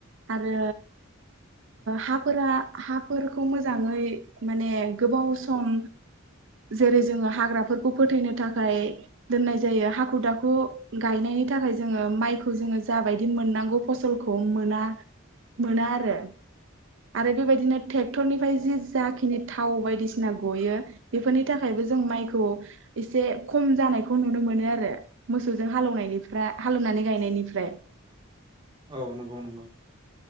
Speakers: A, on the right; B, on the right.
A: आरो हाफोरा हाफोरखौ मोजाङै माने गोबाव सम जेरै जोङो हाग्राफोरखौ फोथैनो थाखाय दोननाय जायो हाखु दाखु गायनायनि थाखाय जोङो माइखौ जोङो जाबायदि मोननांगौ फसलखौ मोना मोना आरो आरो बेबायदिनो ट्रेक्टरनिफ्राय जि जा खिनि थाव बायदिसिना गयो बेफोरनि थाखायबो जों माइखौ एसे खम जानायखौ नुनो मोनो आरो मोसौजों हालएवनायनिफ्रा हालएवनानै गायनायनिफ्राय
B: औ नंगौ नंगौ